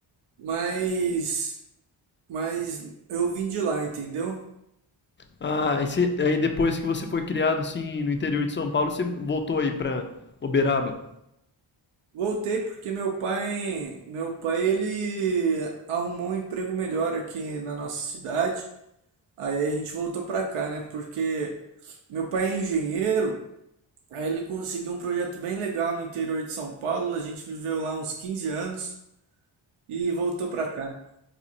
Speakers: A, on the right; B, on the left.
A: mas mas eu vim de lá, entendeu?
B: Ah, aí, você- aí depois que você foi criado assim no interior de São Paulo, você voltou aí pra Uberaba.
A: Voltei porque meu pai, meu pai ele arrumou um emprego melhor aqui na nossa cidade. Aí a gente voltou pra cá, né? Porque meu pai é engenheiro, aí ele conseguiu um projeto bem legal no interior de São Paulo, a gente viveu lá uns 15 anos e voltou pra cá.